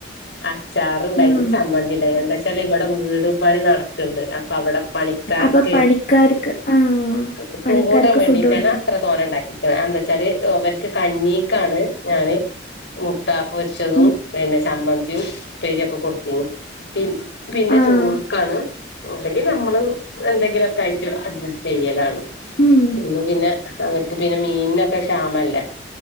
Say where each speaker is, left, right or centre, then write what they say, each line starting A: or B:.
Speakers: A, on the left; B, on the left.
A: അ ചാറുണ്ടായി.
B: ആ
A: ചമ്മന്തിണ്ടയിരിന്നു. എന്താ ച്ചാല് ഇവിടെ വീട് പണി നടത്തണ്ട് അപ്പൊ അവിടെ പണിക്കാർക്കെ.
B: അപ്പൊ പണിക്കാർക്ക് ആഹ്
A: ഉക്കും
B: പണിക്കാർക്ക്
A: കുടെ. മേണ്ടി
B: ഫുഡ്
A: ന്നാ.
B: കൊടുക്ക
A: <unintelligible> അത്ര തോണ ഉണ്ടാക്കിക്ണ്‌. എന്താച്ചാല്. അവർക്ക് കഞ്ഞീക്കാണ് ഞൻ. മു ട്ട പൊരിച്ചതും.
B: ഉം
A: പിന്നെ. ചമ്മന്തിമ്‌ പ്പേരിയൊക്കെ. കൊടുത്തിര്ന്നു. പിന്നെ
B: ആഹ്
A: ചോർക്കാണ്. അല്ലെങ്കിൽ. നമ്മള് എന്തെങ്കിലുക്കെ. ആയി അട്ജസ്റ്റ്. ചെയലാണ്.
B: ഉം
A: ഇന്നും പിന്നെ. അവർക്ക് പിന്നെ. മീൻനൊക്കെ. ക്ഷാമല്ലേ